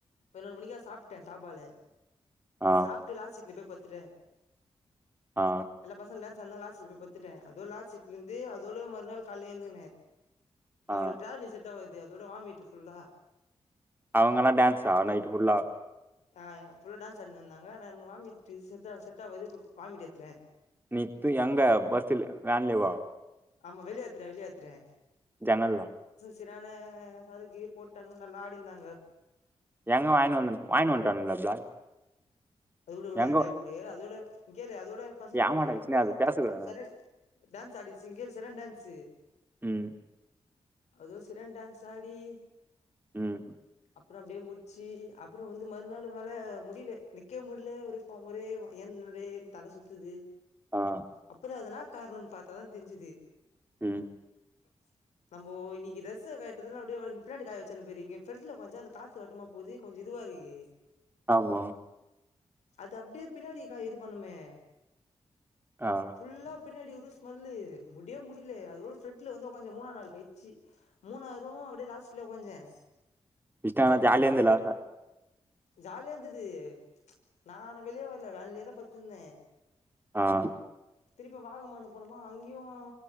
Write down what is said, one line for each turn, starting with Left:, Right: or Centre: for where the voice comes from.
Left: பதினொரு மணிக்கா சாப்பட தாபாலு
Right: ஆ
Left: சாப்டு லஸ்சிட்ல போயத் திரே
Right: ஆ
Left: எல்லா பாசல் டா லாஸ் சிட்ல போய் பாத்துட்டேன் அதோ லா சிட்ல இருந்து அதோ மறுநாள் காலழுந்துங்கே நம்ளுக்கு
Right: ஆ
Left: ட்ரா லிசிட் குது அதோட வாமிட்டு ஃபுல்லா
Right: அவங்கல்லா டான்ஸா நைட் ஃபுலா
Left: ஆஹ்புல்லா டான்ஸ் ஆடினு இந்தாங்க ஆனா வாமிட் சித தா வ வாமிட் எதுட்ட
Right: நிக்கு எங்க பஸ்ல வேன்லேவா
Left: ஆமா வெளியாத்துடேன் வெளியாத்துடேன்
Right: ஜன்னல்ல
Left: இதினானு சரக்கு போட்டானு நல்லா ஆடிந்தாங்க
Right: எங்க வாயின் வந் வாயினு வண்டங்களா பிளாக்
Left: அது உடு உடு
Right: எங்க
Left: எந்த உடு அதோட கேள் அதோட பசங்க போட்டானுங்க
Right: ஆமாடா விஷ்ணு அது
Left: அதோட
Right: பேசக்கூடாதுடா
Left: ச டான்ஸ் ஆடி இங்க சர்யான டான்ஸ்
Right: ம்
Left: அது சரன் டான்ஸ் ஆடி
Right: உஹம்
Left: அப்பறம் அப்டியே முச்சி அப்பறம் வந்து மறுநாள் மேலே முடில நிற்க முடில ஒரு ஒரே ஏந்த நிறே தல சுத்தூது
Right: ஆ
Left: அப்பறம் அதனாப் காருனு பாத்தா தா தெரிஞ்சுது
Right: ம்
Left: <inaudible> நம்ம இன்னைக்கு டிரஸ்ச காயறதுல்ல அப்டியேங்க பின்னாடி காய வச்சன்னுயறீங்கஃப்ரெண்ட்ல கொஞ்சம் அந்த காத்து வட்டமா போது கொஞ்சம் இதுவா இருக்கு
Right: ஆமா
Left: அது அப்டியே பின்னாடிக்கா இது பண்ணுமே
Right: ஆ
Left: ஃபுல்லா பின்னாடி ஒரு ஸ்மெல்லு முடிய முடியல அதோட பிரண்ட்ல வந்து வாகனந்த மூணாநாலு வச்சி மூண ஆறுரும் அப்படியே லாஸ் இல கொஞ்சம்
Right: இன்டலா ஜாலி இருந்த ல
Left: ஜாலியா இருந்தது நானான் வெளியே வரல வேனிலே தான் பாதுந்த
Right: ஆஹ்
Left: திருப்பி வாலக்கிமா போனோமா அங்கேயும்